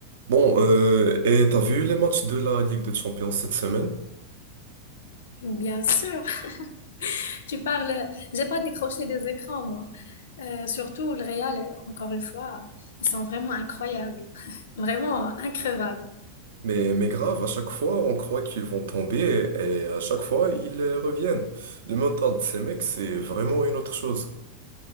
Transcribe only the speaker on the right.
Bon, euh, et t'as vu les matchs de la Ligue des Champions cette semaine?
Mais, mais grave, à chaque fois, on croit qu'ils vont tomber et à chaque fois, ils euh, reviennent. Le mental de ces mecs, c'est vraiment une autre chose.